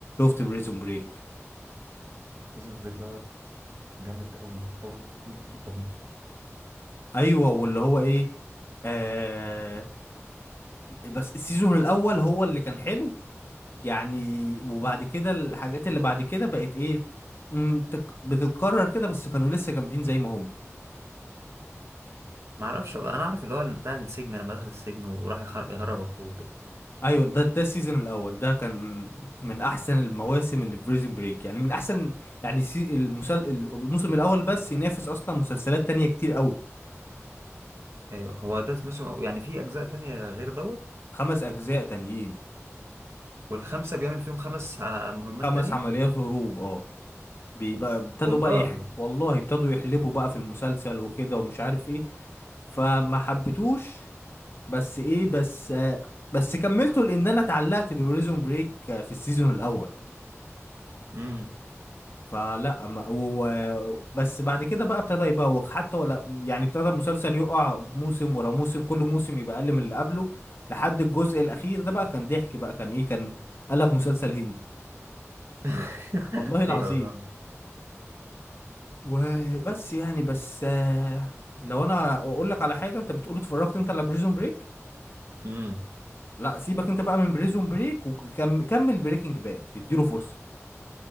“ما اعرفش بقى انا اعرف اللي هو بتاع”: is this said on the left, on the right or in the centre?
Right